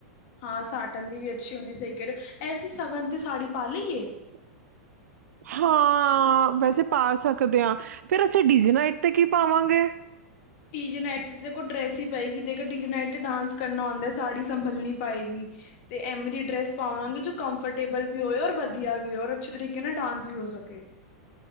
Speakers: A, on the left; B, on the right.
A: ਹਾਂ। ਸਾਟਨ ਦੀ ਵੀ ਅੱਛੀ ਹੁੰਦੀ, ਸਹੀ ਕਰਿਓ, ਇਹ ਅਸੀਂ ਸ਼ਗਨ ਤੇ ਸਾੜੀ ਪਾ ਲਈਏ।
B: <inaudible> ਹਾਂ। ਵੈਸੇ ਪਾ ਸਕਦੇ ਹਾਂ। ਫਿਰ ਅਸੀਂ ਡੀ ਜੇ ਨਾਈਟ ਤੇ ਕੀ ਪਾਵਾਂਗੇ।
A: ਟੀ ਜੇ ਨਾਈਟ ਦੇਖਲ ਡਰੈਸ ਹੀ ਡੀ ਡੀ ਜੇ ਨਾਈਟ ਤੇ ਡ੍ਰੇਸ ਹੀ ਪਏਗੀ। ਦੇਖੋ, ਜੇ ਡੀ ਦੇ ਨਾਈਟ ਤੇ ਡਾਂਸ ਕਰਨਾ ਆਉਂਦਾ ਸਾੜੀ ਸੰਭਲਣੀ ਨਹੀ ਪਏਗੀ ਤੇ ਐਵੇਂ ਦੀ ਡਰੈਸ ਪਾਵਾਂਗੇ ਜੋ ਤੇ ਤੇ ਤੇ ਤੇ ਐਮ ਦੀ ਡੇ੍ਸ ਪਾਵਾਂ ਗੇ। ਜੋ ਕੰਫਰਟੇਬਲ ਵੀ ਹੋਏ ਔਰ ਵਧੀਆ ਵੀ ਹੋ ਔਰ ਅੱਛੇ, ਤਰੀਕੇ ਨਾਲ ਡਾਂਸ ਵੀ ਹੋ ਸਕ ਓ ਕੇ